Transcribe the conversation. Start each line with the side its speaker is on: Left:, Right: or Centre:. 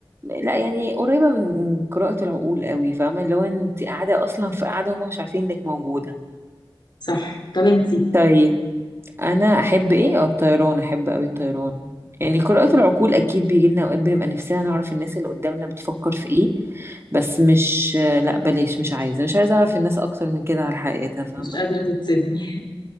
Right: لا يعني قريبة من قراءة العقول قوي فاهمة اللي هو أنت قاعدة أصلا في قاعدة هما مش عارفين إنك موجودة
Left: صح طب انتي
Right: طيب انا احب ايه اه الطيران احب قوي الطيران يعني قراءة العقول اكيد بيجي لنا اوقات بنبقى نفسنا نعرف الناس اللي قدامنا بتفكر في ايه بس مش لا بلاش مش عايزه مش عايزه اعرف الناس اكتر من كده على حقيقتها فاهمه
Left: مش قادرة تتصدمي